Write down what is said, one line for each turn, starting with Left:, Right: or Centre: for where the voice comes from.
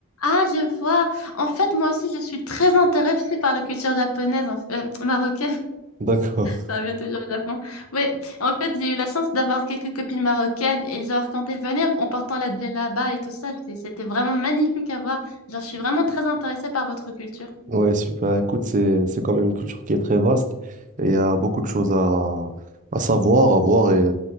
Left: Ah, je vois. En fait, moi aussi, je suis très intéressée par la culture japonaise, en f- euh, marocaine.
Right: D'accord.
Left: Ça revient toujours au Japon. Oui, en fait, j'ai eu la chance d'avoir quelques copines marocaines et genre quand elles venaient en portant la djellaba et tout ça, c'est- c'était vraiment magnifique à voir. Genre, je suis vraiment très intéressée par votre culture.
Right: Ouais, super. Écoute, c'est, c'est quand même une culture qui est très vaste et il y a beaucoup de choses à, à savoir, à voir et